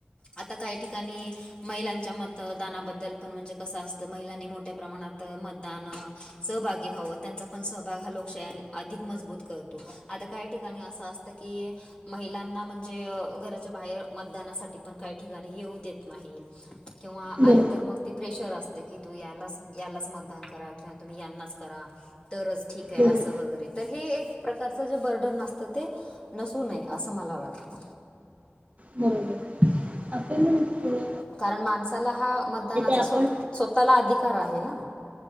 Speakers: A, on the left; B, on the right.
A: आता काही ठिकाणी महिलांच्या मतदानाबद्द ल पण म्हणजे कसं असतं महिलांनी मोठ्या प्रमाणात मतदान सहभागी व्हाव त्यांचा पण सहभाग हा लोकशाही आणि अधिक मजबूत करतो आता काही ठिकाणी असा अस तकी महिलांना म्हणजे घराच्या बाहेर मतदानासाठी पण काही ठिकाणी येऊ देत नाही किंवा
B: बरोबर,
A: आलं तर मग ते प्रेशर असतं की तू यालाच यालाच मतदान करा किंवा तुम्ही यांनाच करा तरच ठीक काही
B: बरोबर,
A: अस वगैरे तर हे एक प्रकारच जे बर्डन असत ते नसू नये अस मला वाटत.
B: हम्म <unintelligible>
A: कारण माणसाला हा मतदानाचा
B: आपण
A: स्व स्वतःला अधिकार आहे ना.